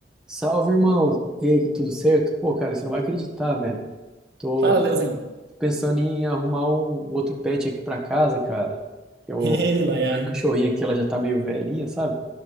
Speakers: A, in the centre; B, on the right.
A: Salve, irmão. E aí, tudo certo? Pô, cara, você não vai acreditar, velho. Tô
B: Fala,
A: tô
B: Leozinho.
A: pensando em arrumar um outro pet aqui pra casa, cara. Que é o
B: <laughs> Ê, Laia,
A: minha
B: hein?
A: cachorrinha aqui, ela já tá meio velhinha, sabe?